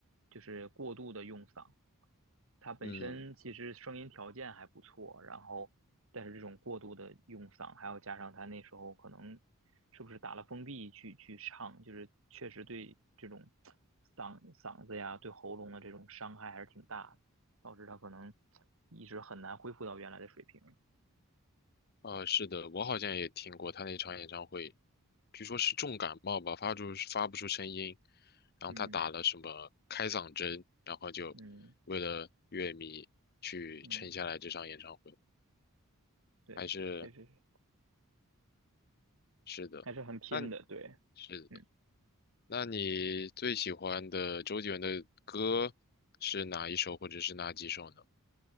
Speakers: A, on the right; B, on the left.
A: 就是过度的用嗓。他本身其实声音条件还不错，
B: 嗯，
A: 然后但是这种过度的用嗓，还有加上他那时候可能是不是打了封闭去去唱，就是确实对这种嗓嗓子呀、对喉咙的这种伤害还是挺大的，导致他可能一直很难恢复到原来的水平。
B: 啊、是的，我好像也听过他那场演唱会，据说是重感冒吧，发出发不出声音，然后他打了什么开嗓针，
A: 嗯
B: 然后就为了乐迷去撑下来这场演唱会，
A: 嗯嗯，对，
B: 还是
A: 确实是
B: 是的。
A: 还是很拼的，
B: 那你
A: 对。
B: 是
A: 嗯。
B: 那你最喜欢的周杰伦的歌是哪一首，或者是哪几首呢？